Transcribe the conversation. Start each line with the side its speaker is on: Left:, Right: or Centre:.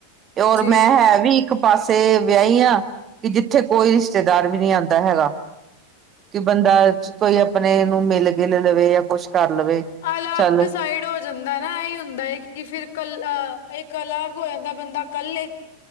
Right: ਤੇ ਔਰ
Left: ਜੀ
Right: ਮੈਂ ਹੈ ਵੀ ਇੱਕ ਪਾਸੇ ਵਿਆਈ ਆਂ ਕਿ ਜਿੱਥੇ ਕੋਈ ਰਿਸ਼ਤੇਦਾਰ ਵੀ ਨੀ ਆੰਦਾ ਹੈਗਾ। ਕਿ ਬੰਦਾ ਕੋਈ ਅਪਨੇ ਨੂੰ ਮਿਲ-ਗਿਲ ਲਵੇ ਯਾ ਕੁਛ ਕਰ ਲਵੇ
Left: ਅਲੱਗ
Right: ਚੱਲ
Left: ਸਾਈਡ ਹੋ ਜੰਦੈ ਨਾ ਐਹੀ ਹੁੰਦਾ ਏ ਕਿ ਫਿਰ ਕਲ ਅ ਇਕ ਅਲੱਗ ਹੋ ਜਾਂਦੈ ਬੰਦਾ ਕੱਲੇ